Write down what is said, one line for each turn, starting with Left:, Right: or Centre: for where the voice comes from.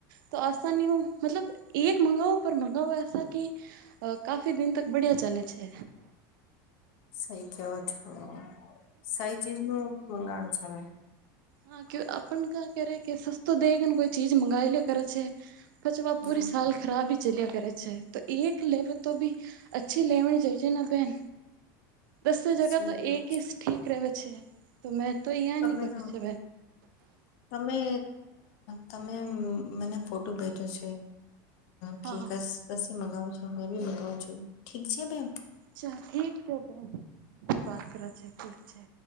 Right: તો આસની હો મતલબ એક મંગાઓ. મંગઓ એસા કે કાફી દિન તક બઢિયા ચાલે છે
Left: સહી કેવ છો સહી ચીજ નું મંગાવણું છે હવે.
Right: હા કે આપને કા કે કે સસ્તો દેગન કોઈ ચીજ મંગાઈ લે કરાચે. પછ પૂરી
Left: હમ
Right: સ ખરાબ હી ચલ્યા કરે છે તો એક લેવ તો ભી અચ્છી લેવણી જ છે ના બેન દસો જગા
Left: સહી
Right: તો
Left: કેવો
Right: એક
Left: છો
Right: ઠીક રેવે છે. તો મેં તો અહં
Left: તમે
Right: નહી કરું
Left: તો
Right: છે.
Left: તમે તમે મને ફોટો ભેજો છે. કે
Right: હા
Left: કી મગાવો છો હ બી મગાવ છું ઠીક છે બેન.
Right: હ્છા ઠીક છે બેન ફેર વાત કરે છે ઠીક છે.